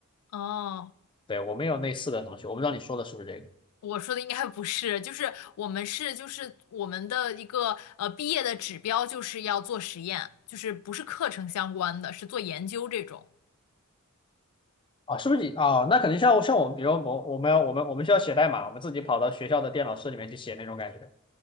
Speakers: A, on the left (about 80°); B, on the left (about 20°).
A: 哦，
B: 对，我们有类似的东西，我不知道你说的是不是这个
A: 我说的应该不是，就是我们是就是我们的一个呃毕业的指标就是要做实验，就是不是课程相关的，是做研究这种。
B: 啊？是不是你啊？那可能像像我们，比如我我们要我们我们需要写代码，我们自己跑到学校的电脑室里面去写那种感觉